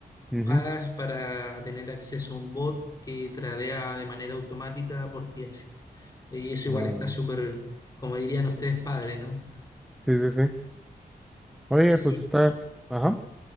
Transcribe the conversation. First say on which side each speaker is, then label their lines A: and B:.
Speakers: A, in the centre; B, on the left.
A: ujú.
B: pagas para tener acceso a un bot que tradea de manera automática por ti así. Y eso
A: Órale.
B: igual está súper, como dirían ustedes, padre, ¿no?
A: Sí, sí, sí. Oye,
B: Y,
A: pues está, ajá.